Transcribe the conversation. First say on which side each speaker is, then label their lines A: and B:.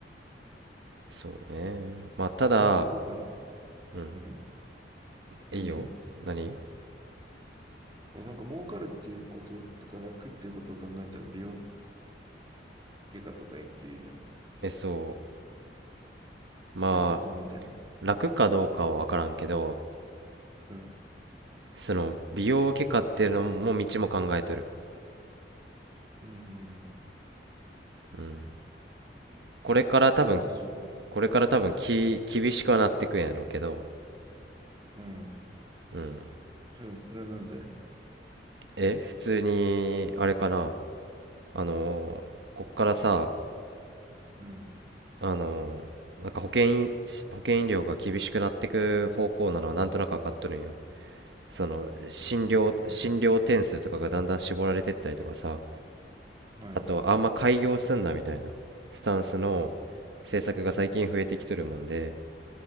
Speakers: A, on the right; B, on the right.
A: そうねまあただ
B: なんか儲かる。
A: うん
B: うん。何何
A: いいよ何
B: え、なんか儲かるっていうこととか楽っていうことを考えたら美容外科とかいいって言うじゃん。
A: えそうまあ
B: そういうの考えてんの。
A: 楽かどうかは分からんけど
B: うん。
A: その美容外科っていうのも道も考えとる
B: うん。
A: うんこれから多分
B: 向いてそう。
A: これから多分き厳しくはなってくんやろうけど
B: うん。
A: うん
B: それ、それはなんぜ
A: え普通にあれかなあのこっからさ
B: うん。
A: あのなんか保険医保険医療が厳しくなってく方向なのはなんとなく分かっとるんよその診療診療点数とかがだんだん絞られてったりとかさ
B: ほうほうほうはい。
A: あとあんま開業すんなみたいなスタンスの政策が最近増えてきとるもんで
B: うん。